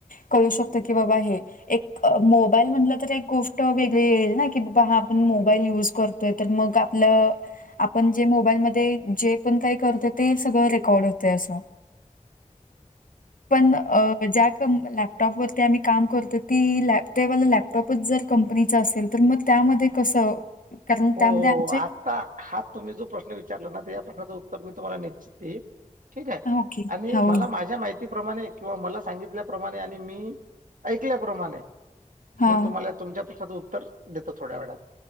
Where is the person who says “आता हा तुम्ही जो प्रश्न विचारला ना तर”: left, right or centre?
Right